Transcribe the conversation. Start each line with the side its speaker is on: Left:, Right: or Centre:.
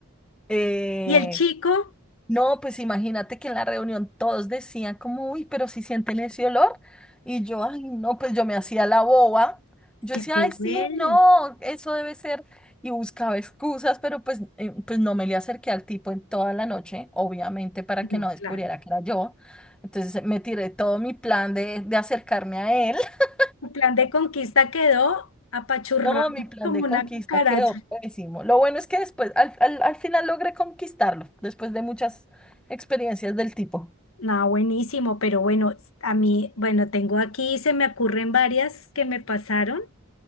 Centre: Eh,
Left: y el chico
Centre: No, pues imagínate que en la reunión todos decían como, uy, pero si sienten ese olor. Y yo, ay, no, pues yo me hacía la boba. Yo
Left: ya
Centre: decía,
Left: que te
Centre: ay,
Left: huele.
Centre: sí, no, eso debe ser. Y buscaba excusas, pero pues, eh, pues no me le acerqué al tipo en toda la noche, obviamente, para
Left: No,
Centre: que no descubriera
Left: claro.
Centre: que era yo. Entonces me tiré todo mi plan de, de acercarme a él. <laughs>
Left: Tu plan de conquista quedó apachurrado
Centre: No, mi plan
Left: como
Centre: de
Left: una
Centre: conquista
Left: cucaracha.
Centre: quedó pésimo. Lo bueno es que después, al, al al final logré conquistarlo, después de muchas experiencias del tipo.
Left: No, buenísimo, pero bueno, a mí, bueno, tengo aquí, se me ocurren varias que me pasaron,